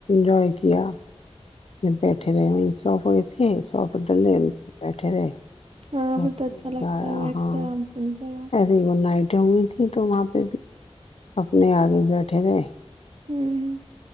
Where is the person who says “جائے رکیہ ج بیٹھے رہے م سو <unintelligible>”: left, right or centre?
Left